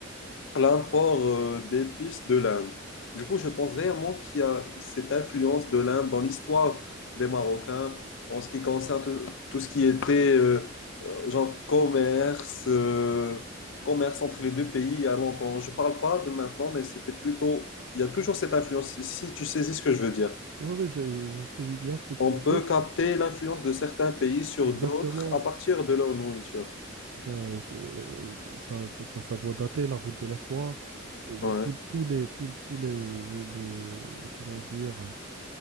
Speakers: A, on the left; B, on the right.
A: l'import euh, d'épices de l'Inde. Du coup, je pense réellement qu'il y a cette influence de l'Inde dans l'histoire des Marocains en ce qui concerne tout, tout ce qui était euh, euh, genre commerce, euh, commerce entre les deux pays il y a longtemps. Je parle pas de maintenant, mais c'était plutôt... Il y a toujours cette influence, si si tu saisis ce que je veux dire.
B: Ouais, ouais, je, je- je saisis bien ce que tu
A: On
B: veux
A: peut
B: dire.
A: capter l'influence de certains pays sur
B: Exactement.
A: d'autres à partir de leur nourriture.
B: Ben, c'est- euh, ça, ça, ça, ça doit dater, la route de la soie. Euh, ben,
A: Ouais,
B: tous tous les, tous, tous les, les, les- comment dire,